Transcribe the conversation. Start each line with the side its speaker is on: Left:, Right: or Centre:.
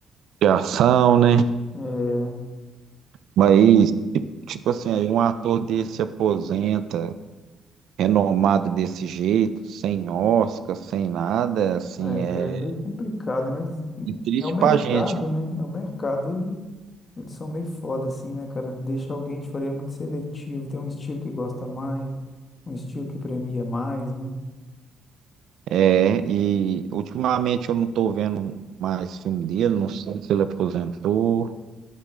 Right: de ação, né?
Left: É,
Right: Mas, tipo assim, aí um ator desse se aposenta, renomado desse jeito, sem Oscar, sem nada, assim, é,
Left: é, cara, é meio
Right: é
Left: complicado, né? Mas
Right: triste
Left: é o mercado,
Right: pra gente.
Left: né? É o mercado, ele, eles são meio foda, assim, né, cara? Deixa alguém de fora, é muito seletivo, tem um estilo que gosta mais, um estilo que premia mais, né?
Right: É, e ultimamente eu não tô vendo mais filme dele, não sei se ele aposentou.